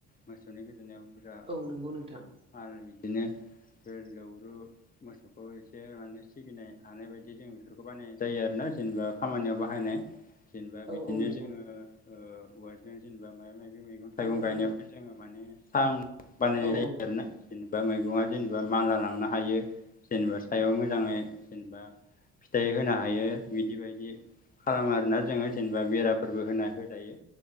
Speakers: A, on the left; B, on the right.
A: मोसौनि गोदोनायाव बुरजा
B: औ नंगौ
A: माबा
B: नोंथां
A: फाल बिदिनो गोव लोवरु मोसौखौ एसे माने सिगिनो हानाय बायदि जों बेफोरखौ बानायनाय जायो आरोना जेनेबा खामानियाव बाहाय हायनाय जेनेबा
B: औ
A: बिदिनो
B: औ नंगौ
A: जोंङो ओ औवारजों जेनेबा माइबा माइबि मैगं थाइगं
B: नंगौ
A: गायनायावबो
B: नोंथां
A: जोंङो माने सां बानायनाय
B: औ औ
A: जायो आरोना। जेनेबा मैगङा जेनेबा मानला लांनो हायो जेनेबा सायाव मोजाङै जेनेबा फिथाइ होनो हायो बिदि बायदि। खालामो आरोना जोंङो जेनेबा बेराफोरबो होना होजायो